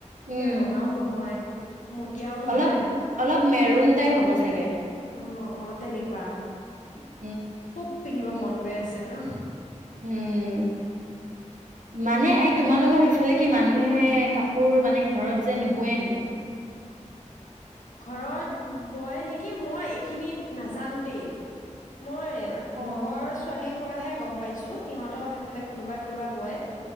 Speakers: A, on the right (about 90°); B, on the left (about 85°).
A: উম
B: একে ৰঙাও নহয়। মটীয়াও নহয়
A: অলপ অলপ মেৰুন টাইপ হ'ব চ চাগে।
B: অহ অহ তেনেকুৱা।
A: <inaudible>
B: খুব পিন্ধিব মন। গৈ আছে আৰু।
A: উম, মানে আই, তোমালোকৰ সেইফালে মানুহে কাপোৰ মানে ঘৰত যে নুবোৱে নেকি?
B: ঘৰত বয় নেকি, মই এইখিনিত নাজানো দেই। মই
A: অ',
B: লগৰ ছোৱালী- পৰাহে গম পাইছোঁ, সিহঁতৰ সেইফালে কোনোবা কোনোবা বয়।